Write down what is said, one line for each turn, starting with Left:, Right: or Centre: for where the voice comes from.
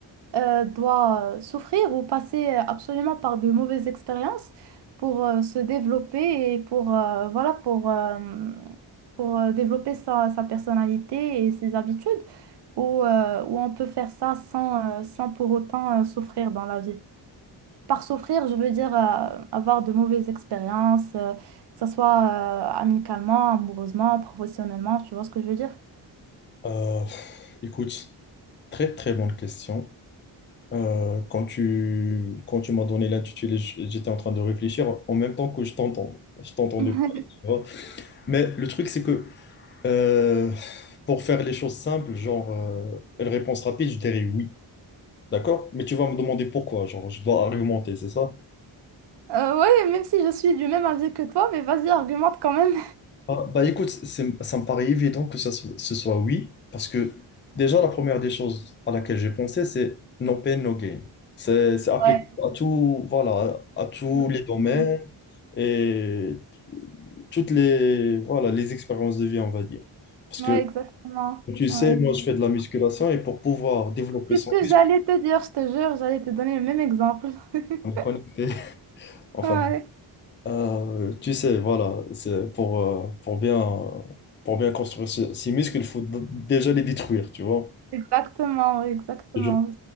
Right: euh, doit euh, souffrir ou passer euh, absolument par de mauvaises expériences pour euh, se développer et pour euh, voilà pour euh, pour euh, développer sa, sa personnalité et ses habitudes ou euh, ou on peut faire ça sans euh, sans pour autant euh, souffrir dans la vie. Par souffrir, je veux dire euh, avoir de mauvaises expériences, euh, que ce soit euh, amicalement, amoureusement, professionnellement, tu vois ce que je veux dire?
Left: Euh, pff, écoute, très très bonne question. Euh, quand tu, quand tu m'as donné l'intitulé, j- j'étais en train de réfléchir en même temps que je t'entends. Je t'entendais
Right: <laughs>
Left: pas. tu vois. Mais le truc, c'est que euh, pour faire les choses simples, genre, euh, une réponse rapide, je dirais oui. D'accord? Mais tu vas me demander pourquoi. Genre, je dois argumenter, c'est ça?
Right: Euh, ouais, même si je suis du même avis que toi, mais vas-y, argumente quand même.
Left: Ah, bah écoute, c'est- ça me paraît évident que ça so- ce soit oui, parce que déjà la première des choses à laquelle j'ai pensé, c'est no pain, no gain. C'est c'est applicable
Right: Ouais,
Left: à tout, voilà, à tous
Right: exactement.
Left: les domaines et toutes les, voilà, les expériences de vie, on va dire. Parce
Right: Ouais,
Left: que
Right: exactement.
Left: tu sais,
Right: Ouais.
Left: moi je fais de la musculation et pour pouvoir développer
Right: C'est
Left: son
Right: ce que j'allais te dire, je te jure, j'allais te donner le même exemple. <laughs>
Left: corps, me connecter, <laughs> enfin,
Right: Ouais,
Left: euh, tu sais, voilà, c'est pour, euh, pour bien, pour bien construire ce- ces muscles, il faut d- déjà les détruire, tu vois.
Right: exactement, ouais, exactement.
Left: Et je,